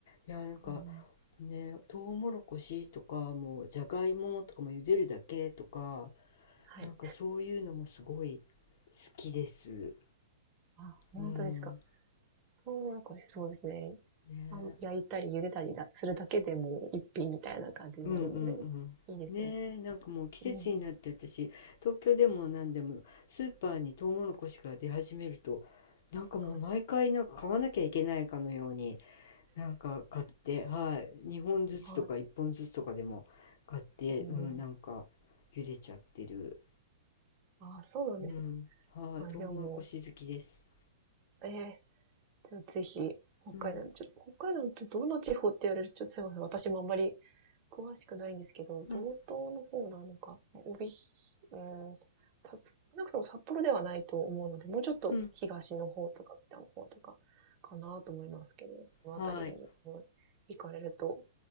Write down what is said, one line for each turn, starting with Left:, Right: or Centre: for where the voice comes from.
Left: いや、なんか
Right: うんうん、
Left: ね、トウモロコシとか、もうじゃがいもとかも茹でるだけとか、
Right: はい。
Left: なんかそういうのもすごい好きです。
Right: あ、本当ですか。
Left: うん。
Right: トウモロコシ、そうですね。
Left: ね
Right: あの焼いたり茹でたりだするだけでもう一品みたいな感じになるので、
Left: うんうん
Right: いいですよね。
Left: うん。ねえ、なんかもう季節になって私、
Right: うんうん。
Left: 東京でも何でもスーパーにトウモロコシが出始めると、なんかもう毎回なんか買わなきゃいけないかのように、
Right: はい。
Left: なんか買って、はい、2本ずつとか1本ずつとかでも買って、
Right: はい。うん
Left: うん、なんか茹でちゃってる。
Right: ああ、そうなんですね。
Left: うん、はい、
Right: あ、
Left: トウモロコシ好きです。
Right: じゃあもう、ええじゃあぜひ、北海道、
Left: うん、
Right: ちょ、北海道ってどの地方って言われると、ちょっとすいません。私もあんまり詳しくないんですけど、
Left: うん、
Right: 道東の方なのか、帯、うん、た少なくとも札幌ではないと思うので、もうちょっと東の方とか北の方とかかなと思いますけど、
Left: うん、
Right: そのあたりに多分行かれると、
Left: はい。